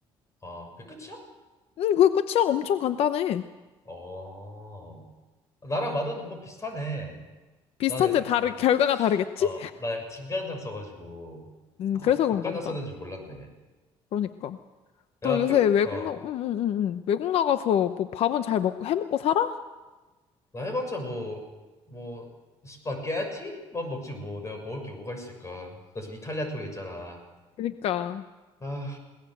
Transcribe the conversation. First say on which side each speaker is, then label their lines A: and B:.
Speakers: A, on the left; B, on the left.
A: 어. 그게 끝이야?
B: 음, 그게 끝이야. 엄청 간단해.
A: 어. 나랑 만드는 방법 비슷하네.
B: 비슷한데
A: 나는 이제,
B: 다르, 결과가 다르겠지?
A: 아, 어, 나 약간 진간장 써가지고.
B: 음,
A: 아,
B: 그래서
A: 국간장
B: 그런가 보다.
A: 써야 되는 줄 몰랐네.
B: 그러니까.
A: 야,
B: 너 요새
A: 그래,
B: 외국
A: 어.
B: 나, 응, 응, 응, 응. 외국 나가서 뭐 밥은 잘 먹고, 해 먹고 살아?
A: 나 해봤자 뭐, 뭐, 스파게티만 먹지 뭐. 내가 먹을 게 뭐가 있을까. 나 지금 이탈리아 쪽에 있잖아.
B: 그러니까.
A: 아,